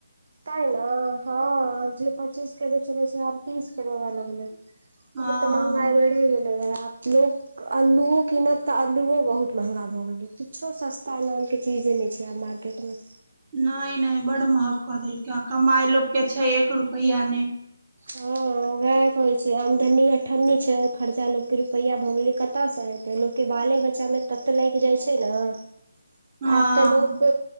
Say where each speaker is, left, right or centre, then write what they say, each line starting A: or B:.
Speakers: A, on the right; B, on the right.
A: तैय न हऽ जे पच्चीस केँ दैय छलै से आब तीस केँ देबैय लगलै ओ
B: हँ
A: तऽ महंगाई बढ़ि गेलै रहै आब तऽ लोक अल्लूयो कीनत तऽ अल्लुओ बहुत महंगा भऽ गेलै किछो सस्ता नाम केँ चीज नै छैय आब मार्केटमे
B: नै नै बड महंग कऽ देलकै आ कमाय लोक केँ छैय एक रुपैआ नै
A: ह ऽ उहै कहेय छैय आमदनी अठन्नी छैय खर्चा लोक केँ रुपैया भऽ गले कत से हेते लोक केँ बाले बच चा में त तऽ लाइ जाइ छैय न
B: <unintelligible> हँ
A: आब तऽ लोक